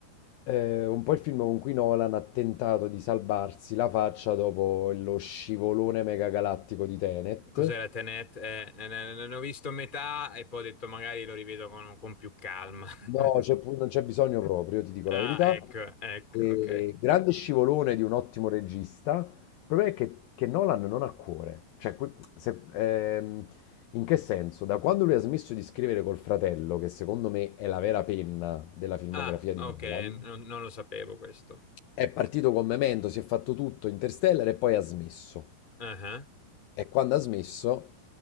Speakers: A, on the left (about 75°); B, on the left (about 15°).
A: eh, un po' il film con cui Nolan ha tentato di salvarsi la faccia dopo lo scivolone megagalattico di Tenet,
B: Cos'era Tenet? Eh, eh, ne, ne- ne ho visto metà e poi ho detto magari lo rivedo con, con più calma.
A: No,
B: <laughs>
A: c'è pu- non c'è bisogno proprio, ti dico
B: Ah,
A: la verità.
B: ecco, ecco,
A: E
B: ok.
A: grande scivolone di un ottimo regista. Il problema è che, che Nolan non ha cuore. Cioè, que- se- ehm, in che senso? Da quando lui ha smesso di scrivere col fratello, che secondo me è la vera penna della filmografia
B: Ah, ok,
A: di Nolan,
B: non, non lo sapevo questo.
A: è partito con Memento, si è fatto tutto, Interstellar e poi ha smesso.
B: Ah, ah.
A: E quando ha smesso,